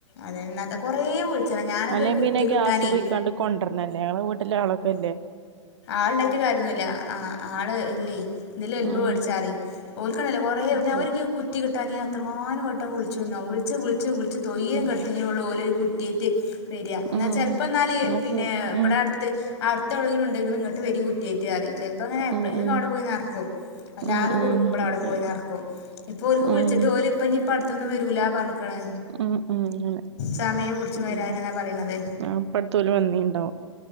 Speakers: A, on the left; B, on the right.
A: അതെ ഇന്നാത്തെ കുറേ വിളിച്ചതാ ഞാനൊക്കെ
B: അല്ലെങ്കി
A: ഒരു കുറ്റി
B: പിന്നെ
A: കിട്ടാനേ
B: ഗ്യാസ് പോയിങ്ങാണ്ട്കൊണ്ടര്നല്ലെ. ഓളെ വീട്ടിലാ ഓള് ഇക്കല്ലേ
A: ആള്ണ്ടായിട്ട് കാര്യൊന്നുല്ല്യ അഹ് ആഹ് ആള് ഇല്ലെയ്. ഇതിലെ വെരുമ്പോ
B: ഉം
A: വേട് ചാറിം. ഓല്ക്ക്ണ്ടല്ലൊ കൊറേ
B: അത്
A: ഒരു
B: ശരി
A: കു റ്റി കിട്ടാന് ഞാനെത്രങ്ങാനുവട്ടം വിള്ച്ച്ന്നൊ വുൾച്ച് വുൾച്ച് വുൾച്ച്. തൊയ്ര്യം
B: ഉം
A: കെട്ത്തി <unintelligible> അവരൊരു കുറ്റി വര്യ ഇന്നാല്
B: ഉം
A: ചെൽപ്പ ഇന്നാല്
B: എന്നാ
A: പിന്നെ
B: ശരി
A: ഇബടെ
B: ഉം
A: അട് ത്ത് അട്ത്തെവുടെങ്കിലും ഇണ്ട്. ഇങ്ങള് ഇങ്ങട്ട് വെരി ക്കുറ്റൈറ്റ് അറിം ചെല ഇപങ്ങനെ എപ്പളെങ്കിലും
B: ഉം ഉം
A: അവ്ടെ പോയി നറ്ക്കും. വല്ലാതെ
B: ഉം ഉം
A: കുടങ്ങുമ്പള അവ്ടെ
B: അത് ശരി
A: പോയി നറക് ഇപ്പം ഓല്ക്ക് വിളിച്ചിട്ട്
B: ഉം
A: ഓല് ഇഞ്പ്പട്ത്തൊന്നും വരൂല പറ്ഞ്ക്കാണ്.
B: ഉം ഉം അങ്ങനെ
A: സമയം പുട്ച്ചുംവരാന്
B: ഉം
A: ന്നാ പറിണത്
B: അപ്പടുത്തോല് വന്നീണ്ടാവും